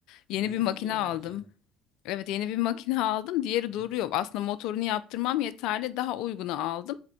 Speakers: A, on the left (about 65°); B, on the right (about 50°).
A: yeni
B: Bozuldu
A: bir makine
B: mu dövme
A: aldım.
B: makinen?
A: Evet yeni bir makine aldım. Diğeri
B: Hmm.
A: duruyor. Aslında motorunu yaptırmam yeterli. Daha uygunu aldım.